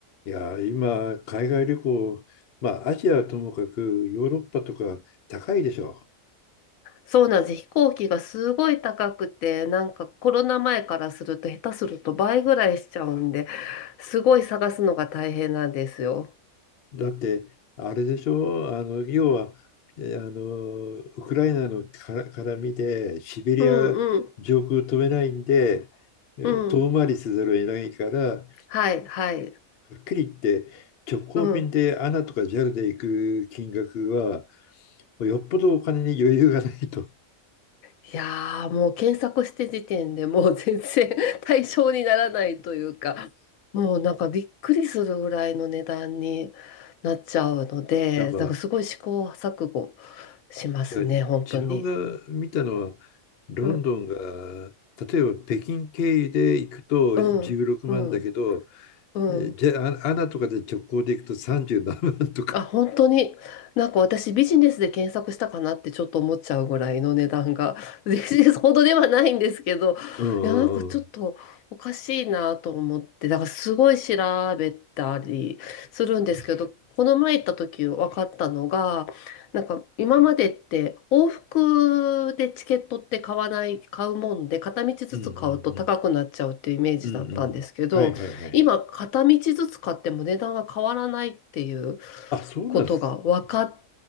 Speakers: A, on the left; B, on the left.
A: いやー、今、海外旅行、まあ、アジアはともかく、ヨーロッパとか高いでしょ。
B: そうなんです。飛行機がすごい高くて、なんかコロナ前からすると下手すると倍ぐらいしちゃうんで、すごい探すのが大変なんですよ。
A: だって、あれでしょ、あの要は、えあのウクライナのから絡みで、シベリア上空飛べないんで、
B: うんうん
A: え遠回りせざるを得ないから、
B: うん。
A: は
B: はいはい。
A: っきり言って、直行便でアナとかジャルで行く金額は、
B: うん。
A: よっぽどお金に余裕がないと。
B: いやーもう検索して時点でもう全然 <laughs> 対象にならないというか、もうなんかびっくりするぐらいの値段になっちゃうので、
A: なんか
B: なんかすごい試行錯誤しますね、
A: いや、
B: 本当に。
A: 自分が見たのは、ロンドンが、
B: う、
A: 例えば北京経由で行くと16万だけど、
B: うん、うん、うん。
A: えーじゃあ、アナとかで直行で行くと37万とか。
B: あ、本当に、なんか私ビジネスで検索したかなってちょっと思っちゃうぐらいの値段が、<laughs> ビジネスほどではないんですけど、
A: うんうんうん。
B: いや、なんかちょっとおかしいなと思って、だからすごい調べたりするんですけど、この前行った時分かったのが、なんか今までって往復でチケットって買わない、買うもんで、片道ずつ買うと高くなっちゃうっていうイメージだったんですけど、
A: うんうんうん。うんうん。はいはいはい。
B: 今、片道ずつ買っても値段が変わらないっていう
A: あ、そうなんで
B: ことが分かっ